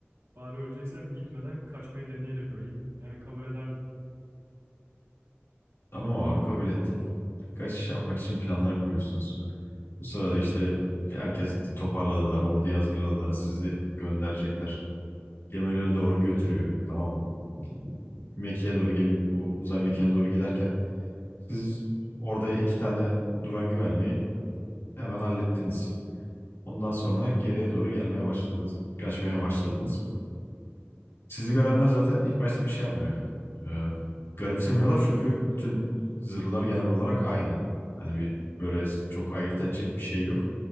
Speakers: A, on the right; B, on the left.
A: Bari öleceksem gitmeden kaçmayı deneyerek öleyim. Yani kabul ederdim.
B: Tamam abi kabul ettin. Kaçış yapmak için planlar kuruyorsunuz. Bu sırada işte herkes toparladılar, orduyu hazırladılar, sizi gönderecekler. Gemilere doğru götürüyor, tamam mı? Ee, Mekke'ye doğru, gemi, bu uzay mekiğine doğru giderken siz orada iki tane duran güvenliği hemen hallettiniz. Ondan sonra geriye doğru gelmeye başladınız, kaçmaya başladınız. Sizi görenler zaten ilk başta bir şey yapmıyor. Ee, garipsemiyorlar çünkü bütün zırhlar genel olarak aynı. Hani bir böyle çok ayırt edecek bir şey yok.